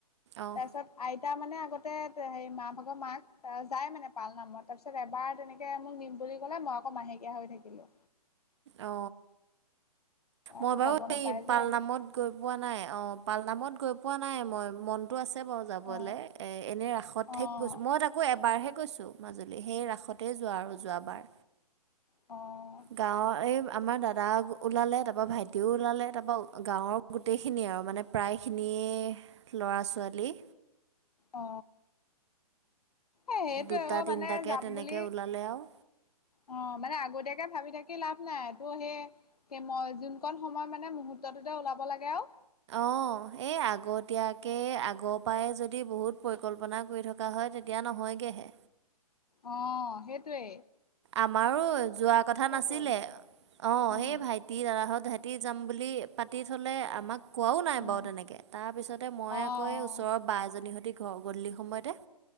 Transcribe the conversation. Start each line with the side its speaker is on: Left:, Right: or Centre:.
Right: অঁ
Left: তাৰপিছত আইতা মানে আগতে হেৰি মা ভাগৰ মাক ত যাই মানে পাল নামত তাৰপিছত তাৰপিছত এবাৰ তেনেকে মোক নিম বুলি কলে মই আকৌ মাহেকীয়া হৈ থাকিলো
Right: অ মই
Left: আকৌ
Right: বাৰু
Left: যাব
Right: হেৰি
Left: নাপায়
Right: এই
Left: যে
Right: পালনামত
Left: এইবোৰ
Right: গৈ পোৱা নাই অ পাল নামত গৈ পোৱা নাই মই মনতটো আছে আছে বাৰু যাবলৈ
Left: অ',
Right: এ এনেই ৰাসতহে
Left: অ',
Right: গৈছোঁ মই তাকো এবাৰহে গৈছোঁ মাজুলী সেই ৰাসতেই যোৱা আৰু যোৱাবাৰ
Left: অ
Right: গাঁৱৰ এই আমাৰ দাদা ওলালে তাৰপৰা ভাইটিও ওলালে তাৰপৰা গাঁৱৰ গোটেইখিনি আৰু মানে প্ৰায়খিনিয়ে ল'ৰা ছোৱালী
Left: অ এই সেইটোৱে
Right: দুটা
Left: অ
Right: তিনিটাকে
Left: মানে যাম
Right: তেনেকে
Left: বুলি
Right: ওলালে আৰু
Left: অ মানে আগতীয়াকে ভাবি থাকি লাভ নাই টুৰ সেই সেই মই যোনকণ সময় মানে মুহূৰ্ত্তটোতে ওলাব লাগে আৱ।
Right: অ এই আগতিয়া কে আগ পাই যদি বহুত পৰিকল্পনা কৰি থকা হয় তেতিয়া নহয়গেহে।
Left: অ সেইটোৱে।
Right: আমাৰো যোৱা কথা নাছিলে।
Left: গ'ল
Right: অ
Left: উম,
Right: সেই ভাই টি দাদাহঁত সিহঁতি যাম বুলি পাতি থ'লে আমাক কোৱাও নাই
Left: উম।
Right: বাৱ তেনেকে। তাৰ পিছতে মই
Left: অ',
Right: আকৌ এই ওচৰৰ বা এজনীহঁতি গ গধূলি সময়তে